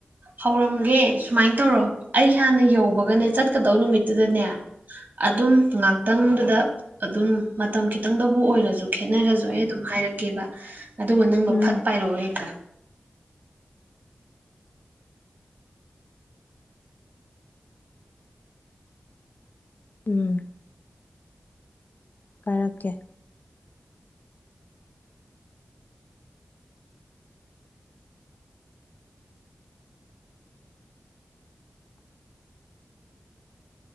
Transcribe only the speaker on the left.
ꯎꯝ
ꯎꯝ ꯍꯥꯏꯔꯛꯀꯦ